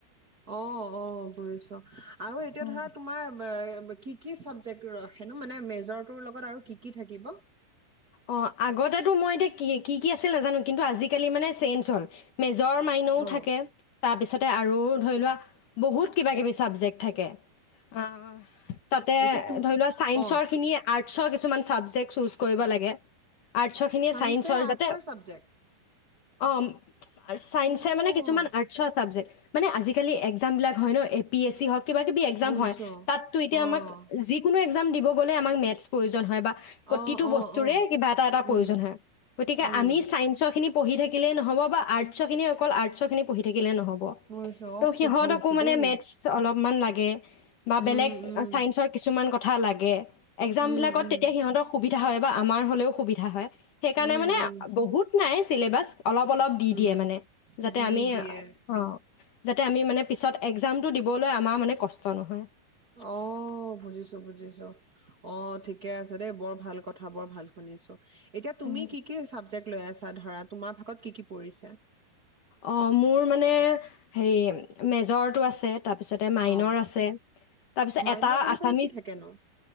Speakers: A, on the right; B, on the left.
A: অ', অ', বুজিছো। <inaudible> আৰু এতিয়া
B: অ
A: ধৰা তোমাৰ কি কি চাবজেক্ট ৰাখেনো? মানে মেজৰটোৰ লগত আৰু কি কি থাকিব?
B: অ, আগতেতো মই এতিয়া কি, কি কি আছিল নাজানো, কিন্তু আজিকালি মানে চেঞ্জ হ'ল, মেজ মেজৰ, মাইনৰ ও
A: অ',
B: থাকে, তাৰপিছত আৰু ধৰি লোৱা, বহুত কিবা-কিবি ছাবজেক্ট থাকে। অ', তাতে
A: এতিয়া তুম
B: ধৰি লোৱা চাইন্সৰ
A: অ',
B: খিনি আৰ্টচৰ কিছু কিছুমান ছাবজেক্ট চুজ কৰিব লাগে। আৰ্টচৰ খিনিয়ে
A: চাইন্সে
B: চাইন্সৰ
A: আৰ্টছৰ
B: যাতে,
A: চাবজেক্ট
B: অ', চাইন্সছে
A: অ',
B: মানে কিছুমান আৰ্টচৰ চাবজেক্ট মানে আজিকালি এক্সাম বিলাক হয় ন, এপিএছচি হওক কিবা কিবি এক্সাম
A: বুজিছো
B: হয়, তাতটো এতিয়া
A: অ',
B: আমাক যিকোনো এক্সাম দিব গ'লেই আমাক মেথছ প্ৰয়োজন হয় বা
A: অ', অ'।
B: টোৰে
A: অ',
B: কিবা এটা এটা প্ৰয়োজন
A: উম,
B: হয়, গতিকে
A: উম,
B: আমি চাইন্সৰ খিনি পঢ়ি থাকি থাকিলেই নহ'ব বা আৰ্টছৰ খিনি অকল আৰ্টছৰ খিনি পঢ়ি থাকিলেই নহ'ব।
A: বুজিছো অ',
B: ত,
A: খুব
B: সিহঁতকোঁ
A: ভাল হৈছে
B: মানে
A: দেই
B: মেথছ অলপ ইমান লাগে। বা
A: উম,
B: বেলেগ
A: উম,
B: চাইন্সৰ কিছুমান গ <unintelligible> লাগে। এক্সাম
A: উম,
B: বিলাকত
A: উম,
B: তেতিয়া সিহঁতৰ সুবিধা হয়। বা আমাৰ হ'লেও সুবিধা হয়। সেইকাৰণে
A: উম,
B: মানে
A: উম,
B: বহুত নাই চিলেবাছ অলপ অলপ দি
A: উম,
B: দিয়ে মানে, যাতে
A: দি
B: আমি,
A: দিয়ে
B: অ'। যাতে আমি মানে পিছত এক্সামটো দি বলৈ আমাৰ মানে কষ্ট নহয়।
A: অ', বুজিছো বুজিছো, অ', ঠিকে আছে। দেই বৰ ভাল কথা, বৰ ভাল শুনিছোঁ। এতিয়া তুমি
B: উম।
A: কি কি চাবজেক্ট লৈ আছ ধৰা, তোমাৰ ভাগত কি কি পৰিছে?
B: অ', মোৰ মানে, হেৰি মেজৰটো আছে। তাৰপিছতে মাইনৰ
A: অ',
B: আছে, তাৰপিছত
A: মাইনৰ
B: এটা
A: বুলি
B: আছামিচ
A: ক'লে কি থাকেনো?